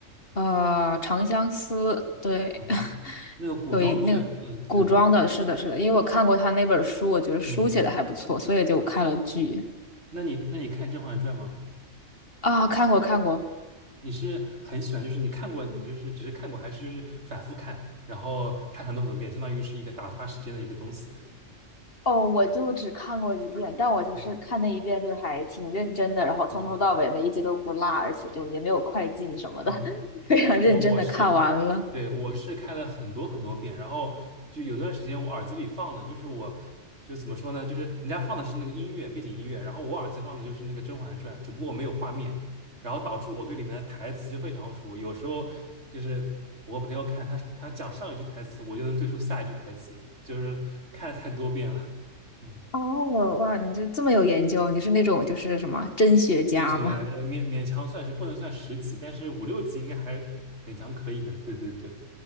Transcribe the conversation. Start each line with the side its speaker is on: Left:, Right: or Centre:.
Left: 呃，《长相思》，对，
Right: 好像是那个古装剧，
Left: <laughs> 有一那个古装的，
Right: 嗯，对对对，
Left: 是的，是的，因为我看过他那本书，我觉得书写的还不错，
Right: 嗯嗯，
Left: 所以就看了剧
Right: 那你那你看《甄嬛传》吗？
Left: 啊，看过看过。
Right: 你是很喜欢，就是你看过，你就是只是看过，还是就是反复看，然后看很多很多遍，相当于是一个打发时间的一个东西
Left: 哦，我就只看过一遍，但我就是看那一遍，
Right: 啊，
Left: 就是还挺认真的，然后从头到尾每一集都不落，
Right: 嗯嗯。
Left: 而且就也没有快进什么的，
Right: 对。嗯嗯，
Left: <laughs> 非常认真的看完了。
Right: 我我是，对，我是看了很多很多遍，然后就有段时间我耳机里放的就是我，就怎么说呢，就是人家放的是那个音乐背景音乐，然后我耳机放的就是那个《甄嬛传》，只不过我没有画面，然后导致我对里面的台词就非常熟，有时候就是我和朋友看他他讲上一句台词，我就能对出下一句台词，就是看了太多遍了，嗯，
Left: 哦，哇，你这这么有研究，你是那种就是什么真学家吗？
Right: 真学家呃勉勉强算是不能算十级，但是五六级应该还是勉强可以的，对对对，